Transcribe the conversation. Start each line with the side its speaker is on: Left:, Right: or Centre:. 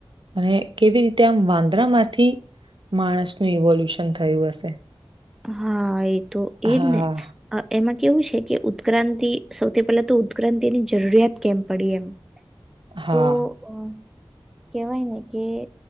Right: અને કેવી રીતે આમ વાંદરામાંથી માણસનું ઇવોલ્યુશન થયું હશે.
Centre: હા એ તો એજ
Right: હા
Centre: ને એમાં કેવું છે કે ઉત્ક્રાંતિ સૌથી પહેલા તો ઉત્ક્રાંતિ ની જરૂરિયાત કેમ પડી એમ.
Right: હા
Centre: તો અ કેહેવાય ને કે